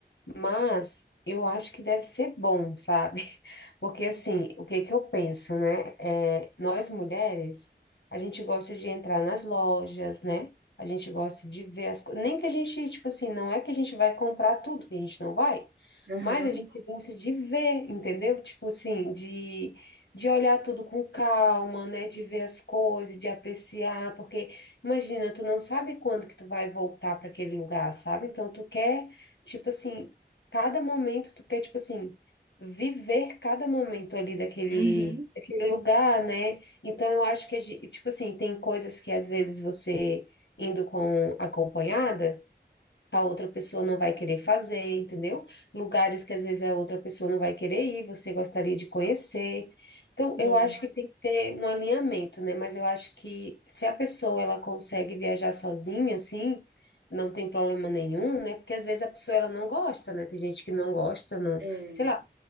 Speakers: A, on the left (about 85°); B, on the right (about 80°).
A: Mas eu acho que deve ser bom, sabe? <laughs> Porque assim, o que que eu penso, né? É, nós mulheres, a gente gosta de entrar nas lojas, né? A gente gosta de ver as coisas. Nem que a gente, tipo assim, não é que a gente vai comprar tudo, que a gente não vai,
B: Aham.
A: mas a gente gosta de ver, entendeu? Tipo assim, de, de olhar tudo com calma, né? De ver as coisas, de apreciar, porque imagina, tu não sabe quando que tu vai voltar para aquele lugar, sabe? Então tu quer. Tipo assim, Cada momento tu quer, tipo assim, viver cada momento ali daquele,
B: Uhum.
A: daquele lugar, né? Então eu acho que, a gen- tipo assim, tem coisas que às vezes você indo com acompanhada a outra pessoa não vai querer fazer, entendeu? Lugares que às vezes a outra pessoa não vai querer ir, você gostaria de conhecer. Então,
B: Sim.
A: eu acho que tem que ter um alinhamento, né? Mas eu acho que se a pessoa ela consegue viajar sozinha, assim, não tem problema nenhum, né? Porque às vezes a pessoa ela não gosta, né? Tem gente que não gosta, não,
B: É.
A: sei lá,